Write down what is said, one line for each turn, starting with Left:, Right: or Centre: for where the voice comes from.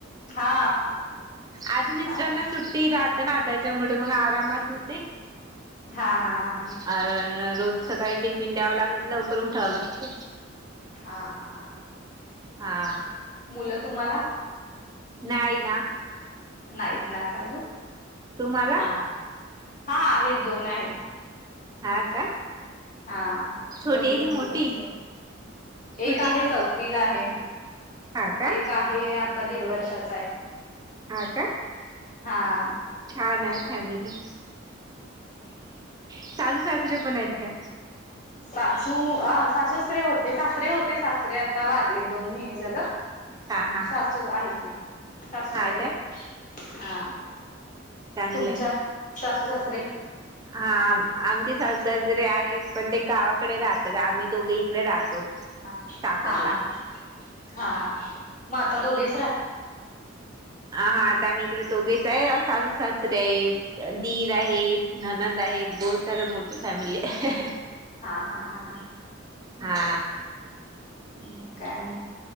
Left: हा,
Right: आधी मिस्रांना
Left: आता
Right: सुट्टी राहते ना त्याच्यामुळे मग आरामात होते.
Left: हा हा हा हा,
Right: अ रोज सकाळी टिफिन द्यावं लागत लवकर उठावं लागत.
Left: हा हा हा हा,
Right: हा,
Left: मुलं तुम्हाला.
Right: नाही ना.
Left: नाहीत ना का ग
Right: तुम्हाला
Left: हा हा आहेत दोन आहेत.
Right: हा का.
Left: हा
Right: छोटी
Left: दोन्ही
Right: आहे की
Left: पण
Right: मोठी?
Left: मुलच आहेत.
Right: छोटी
Left: एक आहे
Right: की
Left: चौथीला आहे
Right: हा का
Left: एक आहे आ''--'' आता दीड वर्षाचा आहे.
Right: हा का.
Left: हा,
Right: छान आहे फॅमिली सासू सासरे पण आहेत का.
Left: सासू आ सासु-सासरे होते सासरे होते सासरे आ''--'' ता वारले दोन महिने झालं
Right: हा हा
Left: सासू आहेत ना. सासूबाई
Right: हा
Left: आहेत
Right: का
Left: हा
Right: चांगलंय.
Left: तुमच्या सासू सासरे
Right: हा आमचे सासू सासरे जे आहेत पण ते गावाकडे राहतात आम्ही दोघे इकडे राहतो
Left: हा
Right: साकरला
Left: हा हा हा हा मात दोघे
Right: हा आता मही इकडे दोघेच आहे साासू सासरे आहे दीर आहेत ननंद आहेत बहुत सारे मोठी फॅमिली आहे
Left: हा हा हा हा
Right: हा
Left: म काय